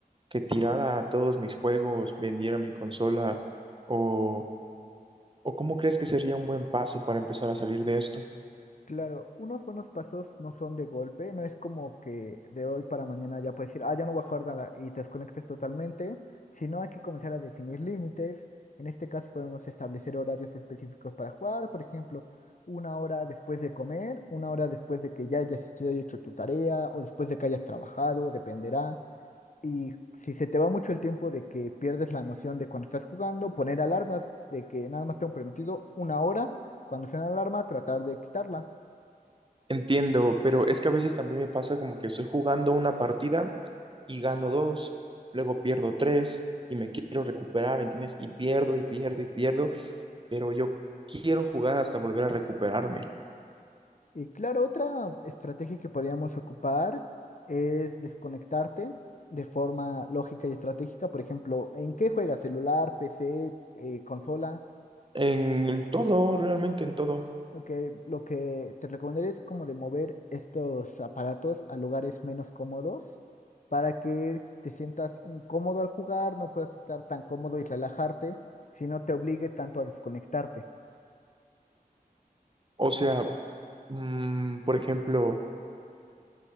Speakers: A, on the right; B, on the left.
A: que tirara a todos mis juegos, vendiera mi consola o, o cómo crees que sería un buen paso para empezar a salir de esto?
B: Claro, unos buenos pasos no son de golpe, no es como que de hoy para mañana ya puedes decir, ah, ya no voy a jugar nada y te desconectes totalmente, sino hay que comenzar a definir límites. En este caso podemos establecer horarios específicos para jugar, por ejemplo, una hora después de comer, una hora después de que ya hayas estudiado y hecho tu tarea o después de que hayas trabajado, dependerá. Y si se te va mucho el tiempo de que pierdes la noción de cuando estás jugando, poner alarmas de que nada más tengo permitido una hora, cuando suena la alarma, tratar de quitarla.
A: Entiendo, pero es que a veces también me pasa como que estoy jugando una partida y gano dos, luego pierdo tres y me quiero recuperar, ¿entiendes? Y pierdo y pierdo y pierdo, pero yo quiero jugar hasta volver a recuperarme.
B: Y claro, otra estrategia que podíamos ocupar es desconectarte de forma lógica y estratégica. Por ejemplo, ¿en qué juegas? ¿Celular, PC, eh, consola?
A: En todo, realmente en todo.
B: Ok, lo que te recomendaría es como de mover estos aparatos a lugares menos cómodos para que s- te sientas incómodo al jugar, no puedas estar tan cómodo y relajarte, si no te obligue tanto a desconectarte.
A: O sea, mm, por ejemplo,